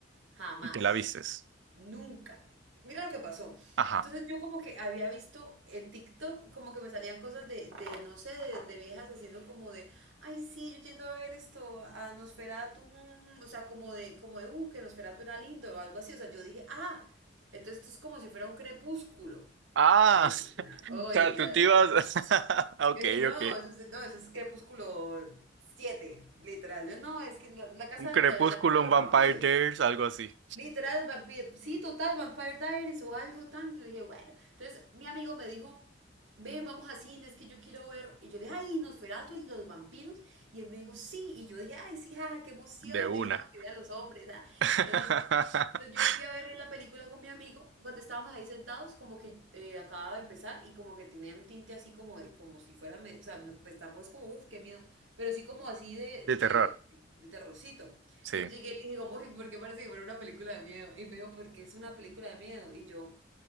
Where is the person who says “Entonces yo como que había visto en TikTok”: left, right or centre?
Right